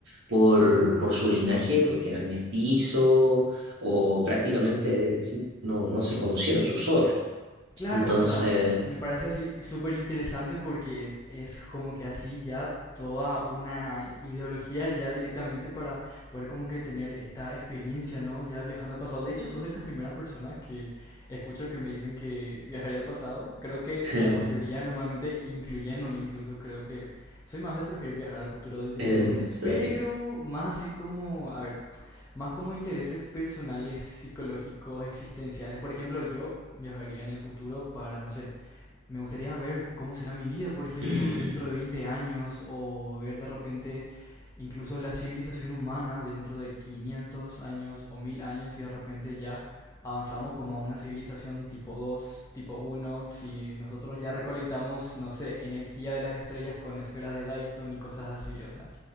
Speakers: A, on the right (about 55°); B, on the left (about 15°).
A: por, por su linaje, porque eran mestizos o prácticamente sin- no, no se conocieron sus obras.
B: Claro,
A: Entonces,
B: o sea, me parece así súper interesante porque es como que así ya toda una ideología ya directamente para poder como que tener esta experiencia, ¿no? Ya viajando al pasado. De hecho, sos de las primeras personas que escucho que me dicen que viajaría al pasado. Creo que
A: <laughs>
B: la mayoría, normalmente incluyéndome incluso, creo que soy más de preferir viajar al futuro di- directamente,
A: en serio.
B: pero más así como, a ver, Más como intereses personales, psicológicos, existenciales. Por ejemplo, yo viajaría en el futuro para, no sé, me gustaría ver cómo será mi vida, por ejemplo,
A: <laughs>
B: dentro de 20 años o ver de repente incluso la civilización humana dentro de 500 años o 1000 años y de repente ya avanzamos como a una civilización tipo 2, tipo uno si nosotros ya recolectamos, no sé, energía de las estrellas con esferas de Dyson y cosas así, o sea,